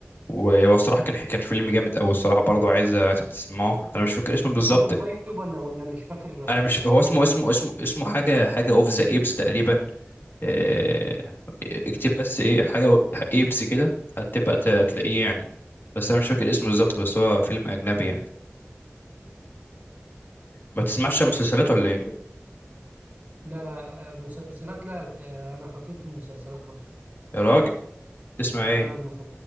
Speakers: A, on the left (about 50°); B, on the right (about 30°).
A: وهو الصراحه كان كان فيلم جامد قوي الصراحه برضه عايز عايزك تسمعه انا مش فاكر اسمه
B: انت
A: بالظبط
B: فاكره طيب ولا ولا مش فاكر
A: انا
B: آه
A: مش هو
B: كان
A: اسمه
B: بيتكلم
A: اسمه اسمه اسمه حاجه حاجه اوف ذا ايبس تقريبا آه،
B: مم.
A: اكتب بس ايه حاجه ايبس كده هتبقى ت- تلاقيه يعني بس انا مش فاكر اسمه بالظبط بس هو فيلم اجنبي يعني ما تسمعش مسلسلات ولا ايه
B: لا لا آه، مسلسلات لا آه انا خطير في المسلسلات برضو
A: يا راجل تسمع
B: لا
A: ايه
B: لا